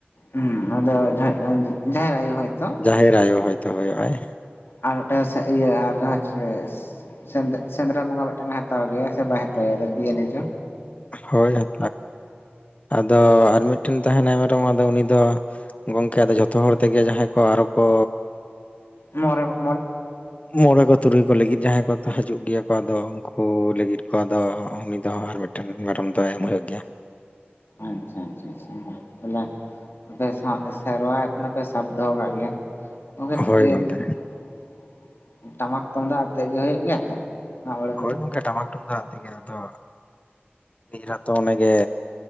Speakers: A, on the left; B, on the left.
A: ᱦᱩᱸ ᱱᱚᱶᱟ ᱫᱚ ᱡᱟᱦᱮᱨ ᱟᱭᱚ ᱦᱚᱭ ᱛᱚ
B: ᱡᱟᱦᱮᱨ ᱟᱭᱚ ᱦᱚᱭᱛᱚ ᱦᱚᱭᱚᱜ ᱟᱭ
A: ᱟᱨ ᱢᱤᱫᱴᱟᱜ ᱤᱭᱟᱹ ᱟᱨ ᱡᱟᱦᱟᱸ ᱪᱮᱫ ᱥᱮᱸᱫᱽ ᱥᱮᱸᱫᱽᱨᱟ ᱵᱚᱸᱜᱟ, ᱢᱤᱫᱴᱟᱝ ᱮ ᱦᱟᱛᱟᱣ ᱜᱮᱭᱟ ᱥᱮ ᱵᱟᱭ ᱦᱟᱛᱟᱣᱮᱭᱟ ᱨᱟᱹᱠᱤᱭᱟᱱᱮᱡᱚ
B: ᱦᱳᱭ, ᱟᱛ ᱟᱫᱚ ᱟᱨ ᱢᱤᱫ ᱴᱮᱱ ᱛᱟᱦᱮᱱᱟᱭ ᱢᱮᱨᱚᱢ ᱟᱫᱚ ᱩᱱᱤ ᱫᱚ ᱜᱚᱝᱠᱮ ᱟᱫᱚ ᱡᱚᱛᱚ ᱦᱚᱲ ᱛᱮᱜᱮ ᱡᱟᱦᱟᱸᱭ ᱠᱚ ᱟᱨᱚ ᱠᱚ
A: ᱢᱟᱨᱮᱣᱟᱜ
B: ᱚ ᱢᱚᱱᱮ ᱠᱚ ᱛᱩᱨᱩᱭ ᱠᱚ ᱞᱟᱹᱜᱤᱫ ᱡᱟᱦᱟᱸᱭ ᱠᱚ ᱦᱤᱡᱩᱜ ᱜᱮᱭᱟ ᱠᱚ ᱟᱫᱚ ᱩᱱᱠᱩ ᱞᱟᱹᱜᱤᱫ ᱠᱚ ᱟᱫᱚ ᱩᱱᱤ ᱫᱚ ᱟᱨ ᱢᱤᱫ ᱴᱟᱝ ᱢᱤᱫᱴᱮᱱ ᱢᱮᱨᱚᱢ ᱫᱚᱭ ᱮᱢ ᱦᱩᱭᱩᱜ ᱜᱮᱭᱟ᱾
A: ᱟᱪᱷᱟ ᱟᱪᱷᱟ ᱟᱪᱷᱟ ᱦᱚᱞᱟ ᱟᱯᱮ ᱥᱟᱶᱛᱮ ᱥᱮᱨᱣᱟ ᱮᱠᱷᱱᱚ ᱯᱮ ᱥᱟᱵ ᱫᱚᱦᱚᱣᱠᱟᱜ ᱜᱤᱭᱟ᱾ <unintelligible>
B: ᱦᱳᱭ ᱜᱚᱝᱠᱮ
A: ᱴᱟᱢᱟᱠ ᱛᱩᱢᱫᱟᱜ ᱪᱮᱫ ᱤᱭᱟᱹ ᱦᱩᱭᱩᱜ ᱜᱮᱭᱟ ᱛᱚ ᱟᱣᱲᱟ ᱯᱟᱛᱟᱢ
B: ᱦᱳᱭ ᱜᱚᱝᱠᱮ ᱴᱟᱢᱟᱠ ᱛᱩᱢᱫᱟᱜ ᱤᱧᱟᱜ ᱫᱚ ᱱᱤᱡᱮᱨᱟᱛᱚᱱᱜᱮ